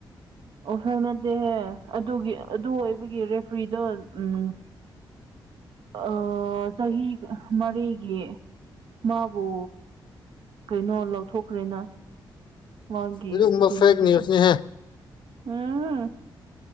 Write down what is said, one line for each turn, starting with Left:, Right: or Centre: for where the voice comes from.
Right: ꯑꯣ ꯍꯧꯅꯗꯦꯍꯦ ꯑꯗꯨꯒꯤ ꯑꯗꯨ ꯑꯣꯏꯕꯒꯤ ꯔꯦꯐ꯭ꯔꯤꯗꯣ ꯎꯝ ꯑ-ꯆꯍꯤ ꯃꯔꯤꯒꯤ ꯃꯥꯕꯨ ꯀꯩꯅꯣ ꯂꯧꯊꯣꯛꯈ꯭ꯔꯦꯅ ꯃꯥꯒꯤ
Left: ꯑꯗꯨꯒꯨꯝꯕ
Right: ꯀꯩꯅꯣ
Left: ꯐꯦꯛ
Right: ꯑꯗꯨꯅ
Left: ꯅ꯭ꯌꯨꯁꯅꯤꯍꯦ
Right: ꯎꯝ꯫